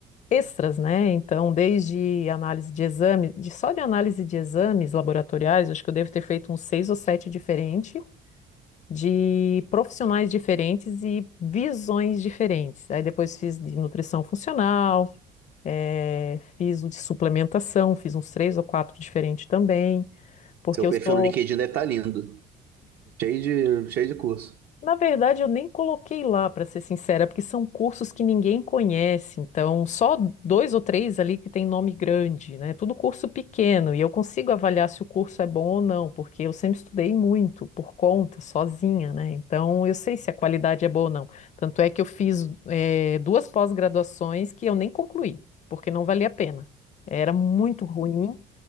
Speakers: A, on the left; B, on the right.
A: extras, né? Então, desde análise de exames, de, só de análise de exames laboratoriais, acho que eu devo ter feito uns seis ou sete diferentes, de profissionais diferentes e visões diferentes. Aí depois fiz de nutrição funcional eh, fiz o de suplementação, fiz uns três ou quatro diferentes também, porque
B: Seu
A: eu sou.
B: perfil no LinkedIn deve estar lindo. Cheio de, cheio de curso.
A: Na verdade, eu nem coloquei lá, para ser sincera, porque são cursos que ninguém conhece, então só dois ou três ali que tem nome grande, né? Tudo curso pequeno, e eu consigo avaliar se o curso é bom ou não, porque eu sempre estudei muito por conta, sozinha, né? Então eu sei se a qualidade é boa ou não. Tanto é que eu fiz, eh, duas pós-graduações que eu nem concluí, porque não valia a pena. Era muito ruim.